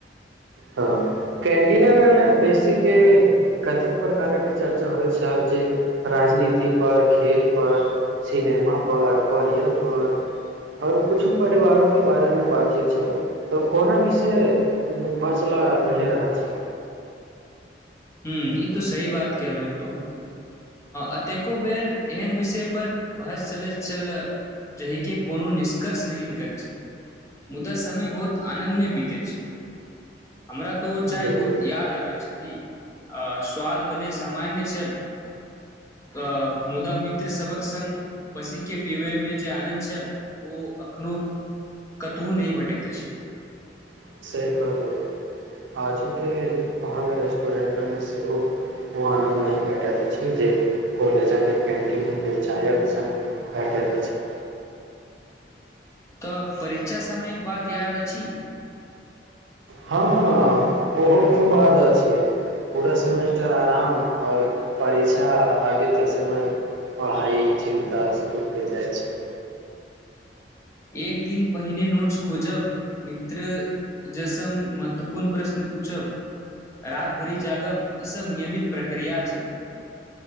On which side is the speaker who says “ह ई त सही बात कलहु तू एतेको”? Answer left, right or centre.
Left